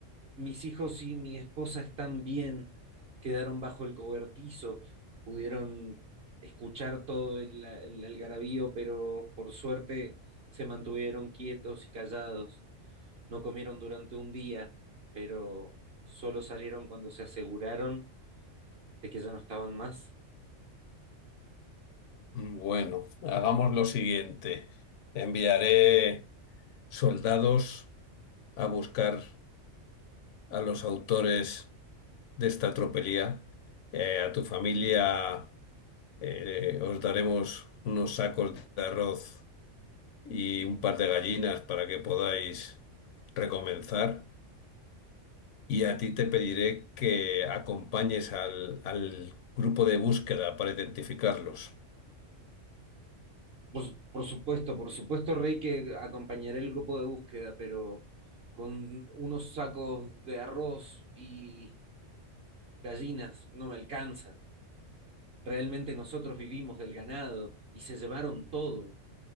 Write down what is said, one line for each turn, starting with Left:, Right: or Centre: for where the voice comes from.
Right: Mis hijos y mi esposa están bien. Quedaron bajo el cobertizo. Pudieron escuchar todo el, el algarabío, pero por suerte se mantuvieron quietos y callados. No comieron durante un día, pero solo salieron cuando se aseguraron de que ya no estaban más.
Left: Bueno, hagamos lo siguiente. Enviaré. soldados a buscar a los autores de esta tropelía. Eh, a tu familia eh, os daremos unos sacos de arroz y un par de gallinas para que podáis recomenzar. Y a ti te pediré que acompañes al, al grupo de búsqueda para identificarlos.
Right: Por, su- por supuesto, por supuesto, Rey, que acompañaré el grupo de búsqueda, pero con unos sacos de arroz y gallinas no me alcanza. Realmente nosotros vivimos del ganado y se llevaron todo.